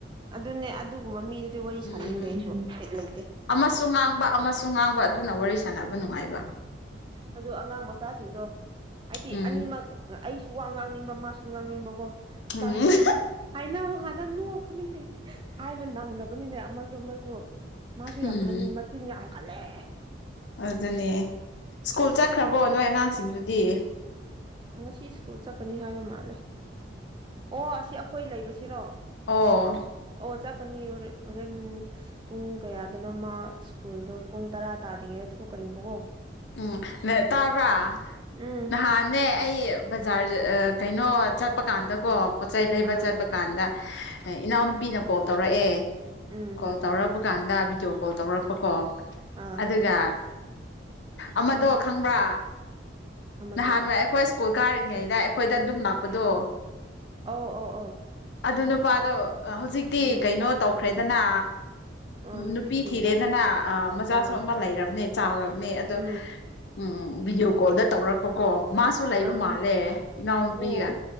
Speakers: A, on the right; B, on the left.
A: ꯑꯗꯨꯅꯦ ꯑꯗꯨꯒꯨꯝꯕ ꯃꯤꯗꯨꯗꯤ ꯋꯥꯔꯤ
B: ꯎꯝ
A: ꯁꯥꯅꯤꯡꯗꯦ ꯑꯩꯁꯨꯨ ꯕꯤꯠ ꯂꯩꯇꯦ
B: ꯑꯃꯁꯨ ꯉꯥꯡꯕ ꯑꯃꯁꯨ ꯉꯥꯡꯕ ꯑꯗꯨꯅ ꯋꯥꯔꯤ ꯁꯥꯟꯅꯕ ꯅꯨꯡꯉꯥꯏꯕ
A: ꯑꯗꯣ ꯑꯉꯥꯡ ꯃꯆꯥꯁꯤꯡꯗꯣ ꯑꯩꯗꯤ
B: ꯎꯝ
A: ꯑꯅꯤꯃꯛ ꯑꯩꯁꯨ ꯋꯥ ꯉꯥꯡꯅꯤꯡꯕ ꯃꯥꯁꯨ ꯉꯥꯡꯅꯤꯡꯕꯀꯣ ꯏꯕꯥꯅꯤ
B: ꯎꯝ
A: ꯑꯗꯨꯝ ꯍꯥꯏꯅꯕ ꯀꯥꯟꯗ ꯅꯣꯛꯄꯅꯤꯅꯦ ꯍꯥꯏꯕ ꯅꯪꯗꯕꯅꯤꯅꯦ ꯑꯃꯁꯨ ꯑꯃꯁꯨ ꯃꯥꯁꯨ
B: ꯎꯝ
A: ꯌꯥꯝ ꯍꯥꯏꯅꯤꯡ ꯃꯆꯤꯟ ꯌꯥꯝ ꯀꯜꯂꯦ
B: ꯑꯗꯨꯅꯦ ꯁ꯭ꯀꯨꯜ ꯆꯠꯈ꯭ꯔꯕꯣ ꯅꯣꯏ ꯑꯉꯥꯡꯁꯤꯡꯗꯨꯗꯤ
A: ꯉꯁꯤ ꯁ꯭ꯀꯨꯜ ꯆꯠꯀꯅꯤ ꯍꯥꯏꯕ ꯃꯥꯜꯂꯦ ꯑꯣ ꯑꯁꯤ ꯑꯩꯈꯣꯏ ꯂꯩꯕꯁꯤꯔꯣ
B: ꯑꯣ
A: ꯑꯣ ꯆꯀꯅꯤ ꯍꯣꯔꯦꯟ ꯍꯣꯔꯦꯟ ꯄꯨꯡ ꯀꯌꯥꯗꯨꯅ ꯃꯥ ꯁ꯭ꯀꯨꯜꯗꯣ ꯄꯨꯡ ꯇꯔꯥ ꯇꯥꯗ꯭ꯔꯤꯉꯩꯗ ꯊꯣꯛꯀꯅꯤꯕꯀꯣ
B: ꯎꯝ ꯅꯦ ꯇꯥꯕ꯭ꯔꯥ
A: ꯎꯝ
B: ꯅꯍꯥꯟꯅꯦ ꯑꯩ ꯕꯖꯥꯔ ꯀꯩꯅꯣ ꯆꯠꯄ ꯀꯥꯟꯗ ꯀꯣ ꯄꯣꯠ ꯆꯩꯩ ꯂꯩꯕ
A: ꯑꯥ
B: ꯆꯠꯄ ꯀꯥꯟꯗ ꯏꯅꯥꯎꯅꯨꯄꯤꯅ ꯀꯣꯜ ꯇꯧꯔꯛꯑꯦ
A: ꯎꯝ
B: ꯀꯣꯜ ꯇꯧꯔꯛꯄ ꯀꯥꯟꯗ ꯚꯤꯗꯤꯑꯣ ꯀꯣꯜ ꯇꯧꯔꯛꯄꯀꯣ
A: ꯑꯥ
B: ꯑꯗꯨꯒ ꯑꯃꯗꯣ ꯈꯪꯕ꯭ꯔꯥ
A: ꯑꯃꯗꯣ
B: ꯅꯍꯥꯟꯋꯥꯏ ꯑꯩꯈꯣꯏ ꯀꯨꯜ ꯀꯥꯔꯤꯉꯩꯗ ꯑꯩꯈꯣꯏꯗ ꯑꯗꯨꯝ ꯂꯥꯛꯄꯗꯣ
A: ꯑꯧ ꯑꯧ ꯑꯧ
B: ꯑꯗꯨ ꯅꯨꯄꯥꯗꯣ ꯍꯧꯖꯤꯛꯇꯤ
A: ꯎꯝ
B: ꯀꯩꯅꯣ ꯇꯧꯈ꯭ꯔꯦꯗꯅ
A: ꯑ
B: ꯅꯨꯄꯤ
A: ꯊꯤꯈ꯭ꯔꯦ
B: ꯊꯤꯔꯦꯗꯅ ꯑ ꯃꯆꯥꯁꯨ
A: ꯑꯥ
B: ꯑꯃ ꯂꯩꯔꯕꯅꯦ ꯆꯥꯎꯔꯕꯅꯦ ꯑꯗꯣ
A: ꯎꯝ
B: ꯎꯝ ꯚꯤꯗꯤꯑꯣ ꯀꯣꯜꯗ ꯇꯧꯔꯛꯄꯀꯣ ꯃꯥꯁꯨ ꯂꯩꯕ
A: ꯑꯥ
B: ꯃꯥꯜꯂꯦ ꯏꯅꯥꯎꯅꯨꯄꯤꯒ
A: ꯑꯣ